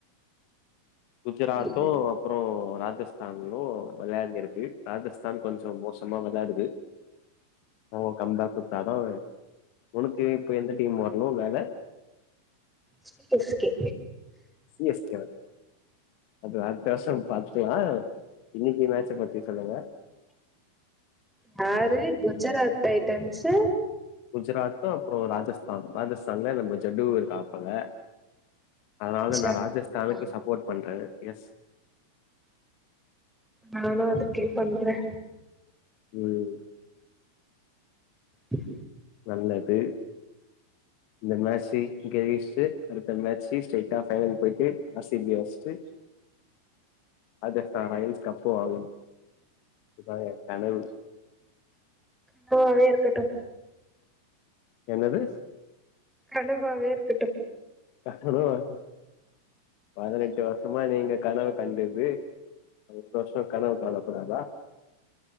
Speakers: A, on the left; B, in the centre.
A: குஜராத்து
B: புரில
A: அப்புறோ ராஜஸ்தான்னு வெளயான்டிருக்கு ராஜஸ்தான் கொஞ்சொ மோசமா வெளாடுது ஓ கம்டாக்கு ததோ உனக்கு இப்ப எந்த டீம் வர்ணு மேல
B: C S K
A: C S K வா? அது அடுத்த வருஷம் பாத்துக்கலா இன்னக்கி மேட்ச்ச பத்தி சொல்லுங்க
B: யாரு குஜராத் டைட்டன்ஸு
A: குஜராத்து அப்றொ ராஜஸ்தான் ராஜஸ்தான்ல நம்ம ஜட்டு இருக்காப்பல அதுனால
B: ஜட்டுவா
A: நா ராஜஸ்தானுக்கு சப்போர்ட் பண்றே எஸ்
B: நானு அதுக்கே பண்றே
A: ம்
B: உம்
A: நல்லது இந்த மேட்ச்ச கழிசு அடுத்த மேட்ச்சு ஸ்டைட்டா ஃபைனல் போயிட்டு ஆர் சி பி யா அச்ட்டு ராஜஸ்தான் ராயல்ஸ் கப்பு வாங்கணு அதா எ கனவு
B: கனவாவே இருக்கட்டு
A: என்னது?
B: கனவாவே இருக்கட்டு
A: கனவா பதினெட்டு வருஷமா நீங்க கனவு கண்டது ஒரு வருஷொ கனவு காணக்கூடாதா?